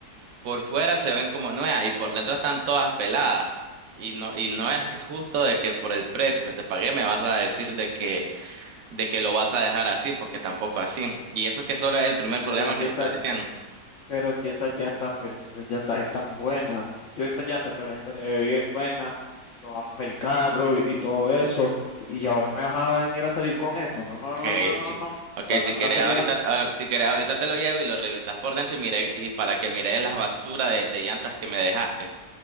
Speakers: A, on the right; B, on the left.
A: por fuera se ven como nuevas y por dentro están todas peladas. Y no, y no es justo de que por el precio que te pagué me vas a decir de que de que lo vas a dejar así, porque tampoco así. Y eso que solo es el primer
B: Pero
A: problema
B: si
A: que te estoy diciendo.
B: Pero si esas llantas, pero si esas llantas están buenas, yo esas llantas te las entregué buenas, probamos el carro y, y todo eso, y ahora me vas a venir a salir con esto. No, no,
A: Okay,
B: no, no, no,
A: sí.
B: no,
A: Okay,
B: trátame
A: si querés
B: la seriedad.
A: ahorita, a- si querés ahorita te lo llevo y lo revisas por dentro y mire, y para que mires la basura de, de llantas que me dejaste.